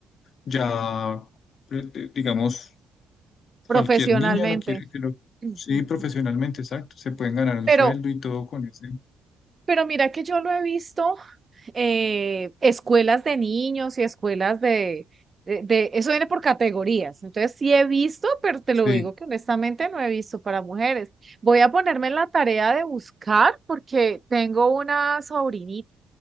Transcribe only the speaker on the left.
ya, eh, eh, digamos,
cualquier niña lo quiere que lo...
Sí, profesionalmente, exacto. Se pueden ganar un
sueldo y todo con ese.
Sí.